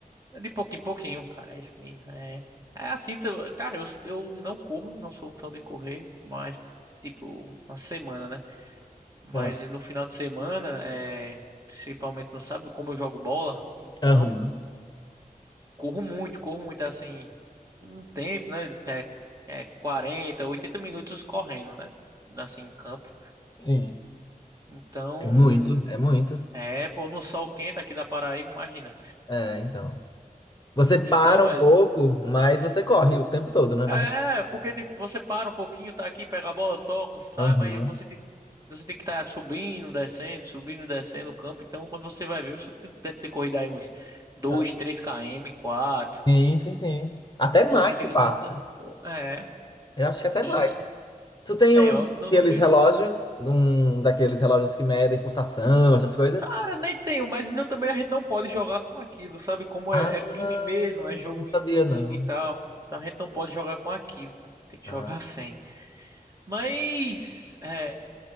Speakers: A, on the right; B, on the left.
A: É de pouquinho em pouquinho, cara, é isso mesmo. É, é assim, tam- cara, eu, eu não corro, não sou tão de correr, mas tipo, na semana, né? Mas
B: Ah,
A: no final de semana, é, principalmente no sábado, como eu jogo bola, então
B: Aham,
A: corro muito, corro muito assim. um tempo, né? É, é 40 80 minutos correndo, né? Assim, em campo.
B: sim.
A: Então,
B: É muito, é muito.
A: é, pô, no sol quente aqui da Paraíba, imagina.
B: É, então. Você para
A: Então, velho,
B: um pouco, mas você corre o tempo todo, né? Na...
A: é, porque tipo, você para um pouquinho, tá aqui, pega a bola, toca, sai,
B: Aham.
A: mas você tem, você tem que estar subindo, descendo, subindo, descendo o campo. Então, quando você vai ver, você tem- deve ter corrido aí uns dois
B: É.
A: três km, quatro
B: Sim, sim, sim. Até
A: Você
B: mais,
A: fica
B: se pá.
A: cansado. É,
B: Eu acho que até
A: e
B: mais. Tu tem
A: é,
B: um
A: eu não
B: daqueles
A: duvido.
B: relógios, um daqueles relógios que medem pulsação, essas coisas?
A: Cara, nem tenho, mas ainda também a gente não pode jogar com aquilo, sabe? Como
B: Ah,
A: é, é time mesmo, é jogo
B: não sabia
A: em time
B: não.
A: e tal. Então a gente não pode jogar com aquilo, cara. Tem que
B: Ah,
A: jogar <laughs> sem. Mas, é,